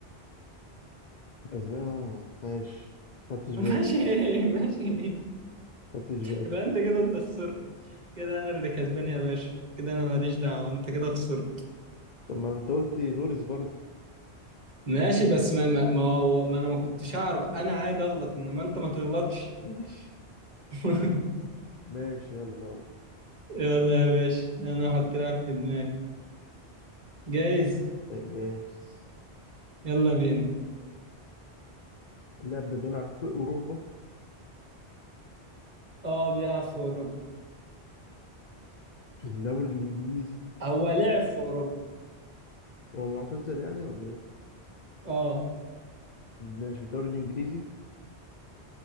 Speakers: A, on the left; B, on the right.
A: أسبانيا ماشي خدتش بالي
B: <laughs> ماشي ماشي
A: خدتش بالي
B: يبقى انت كده اللي خسرت كده انا اللي كسبان يا باشا كده انا ماليش دعوه انت كده خسرت
A: طب ما أنت قلت تونس برضو
B: ماشي بس ما ما ما, هو- ما انا ما كنتش اعرف انا عادي اغلط انما انت ما تغلطش
A: ماشي
B: <laughs>
A: ماشي يلا
B: يلا يا باشا انا هحط لاعب في دماغي جايز
A: جاهز
B: يلا بينا
A: اللاعب ده بيلعب في أوروبا
B: اه بيلعب في اوروبا
A: في الدوري الإنجليزي
B: هو لعب في اوروبا
A: هو معتزل يعني ولا إيه؟
B: اه
A: ماشي الدوري الإنجليزي